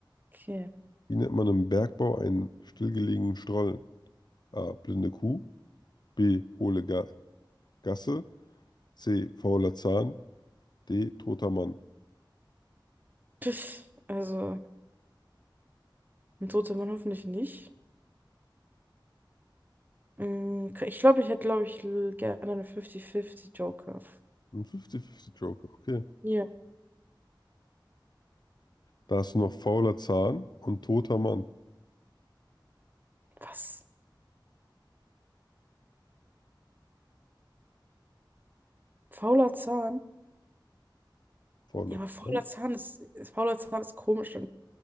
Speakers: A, on the right; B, on the left.
A: Okay.
B: Wie nennt man im Bergbau einen stillgelegenen Stollen? A. Blinde Kuh. B. Hohle Ga Gasse. C. Fauler Zahn. D. Toter Mann.
A: Pff, also, ein toter Mann hoffentlich nicht. Mm, Ich glaube, ich hätte, glaube ich, l- gerne eine 50-50 Joker.
B: Ein 50-50 Joker, okay.
A: Ja.
B: Da hast du noch fauler Zahn und toter Mann.
A: Was? Fauler Zahn?
B: Fauler
A: Ja, aber fauler
B: Zahn.
A: Zahn ist, ist- fauler Zahn ist komisch. Und